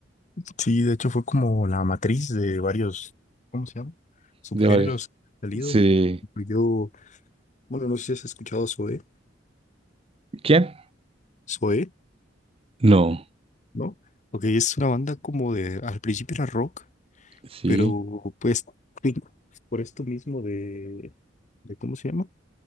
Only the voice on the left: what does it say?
sí, de hecho fue como la matriz de varios, ¿cómo se llama? Subgéneros
que han salido.
Por ejemplo, Yo, bueno, no sé si has escuchado Zoé,
Zoé,
¿no? Porque es una banda como de, al principio era rock,
pero pues sí, por esto mismo de, de, ¿cómo se llama?